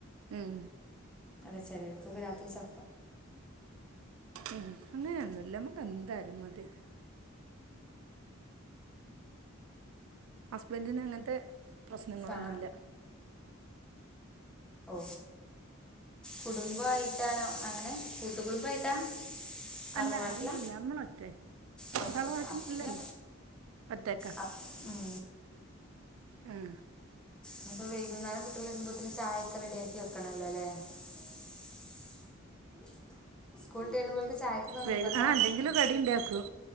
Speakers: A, on the right; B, in the centre.
A: ഉം
B: അല്ല ചിലർക്കൊക്കെ രാത്രി ച
A: ഉ അങ്ങനെയൊന്നുമല്ല നമ്മക്ക് എന്തായാലും മതി ഹസ്ബൻഡന് അങ്ങനത്തെ പ്രശ്നങ്ങളൊന്നുമില്ല
B: ഫാ ഓ കുടുംബമായിട്ടാണോ അങ്ങനെ കൂട്ടുകുടുംബയിട്ടാ തർവാട്ടില
A: അല്ല അല്ലല്ല നമ്മളൊറ്റേ
B: പ്രത്തയേകപ്പന്ന
A: തറവാട്ടിൽ ഇല്ലല്ല ഒറ്റക്കാ
B: അ ഉം
A: ഉം
B: ഇനിപ്പോ വൈകുന്നേരം കുട്ടികൾ ഇരു്പോത്തന്നെ ചായയൊക്കെ റെഡിയാക്കി വെക്കണല്ലോ അല്ലേ <unintelligible> സ്കൂള് വിട്ടുവഴുമ്പോഴതേന്നു ചായക്കൊക്കെ നിർബന്ധ
A: വൈകു ആ എന്തെങ്കിലും കടി ഉണ്ടാക്കും